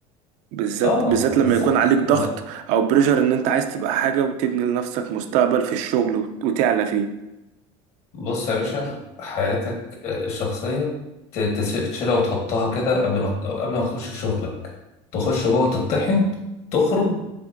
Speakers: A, on the right (about 65°); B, on the left (about 55°).
A: بالذات
B: اه
A: بالذات
B: بالظبط
A: لما يكون عليك ضغط
B: ما-
A: او بريشر ان انت عايز تبقى حاجه وتبني لنفسك مستقبل في الشغل وت- وتعلى فيه
B: بص يا باشا حياتك آه، الشخصية ت- تس- تشيلها وتحطها كده قبل ما قبل ما تخش شغلك تخش جوه تطحن تخرج